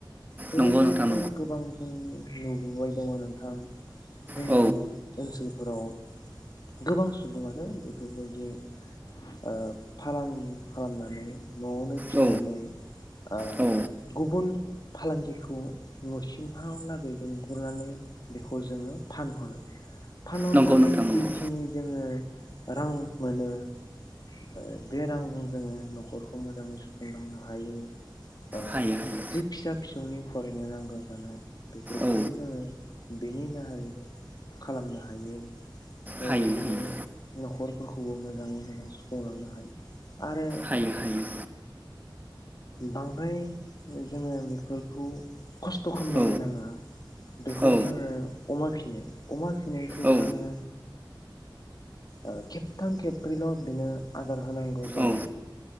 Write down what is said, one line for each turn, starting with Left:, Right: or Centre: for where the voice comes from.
Left: बेबायदिनो
Right: नंगौ नोंथां
Left: गोबां जों नुबोबाय दङ नोंथां जोंनि
Right: औ
Left: ओनसोलफोराव गोबां सुबुङानो बेफोरबायदि ओ फालां खालामनानै न'आवनो फिनानै
Right: औ
Left: ओ
Right: औ नंगौ नोंथां नंगौ औ नंगौ औ
Left: गुबुन फालांगिखौ न'सिमहालागै लिंहरनानै बेखौ जोंङो फानहरो। फानहरनानै
Right: नंगौ नोंथां नंगौ
Left: जिखिनि जोङो रां मोनो ओ बे रांजों जोंङो न'खरखौ मोजाङै सुफुंलांनो हायो ओ
Right: हायो हायो
Left: जि फिसा फिसौनि फरायनो नांगौ जानाय बेफोरखौबो
Right: औ
Left: जोङो बेनि दाहारैनो खालामनो हायो बेबायदिनो
Right: हायो हायो
Left: नखर फोरखौबो मोजाङै मोजां सुफुंलांनो हायो आरो
Right: हायो हायो।
Left: बांद्राय जोङो बेफोरखौ खस्थ स्थ' खालामलायनो
Right: औ
Left: नाङा बेखौ
Right: औ
Left: जोङो अमा फिसिनाय अमा फि फिनायखौ
Right: औ
Left: जोङो ओ खेबथाम खेब्रैल बिनो आदार होनांगौ जायो।
Right: औ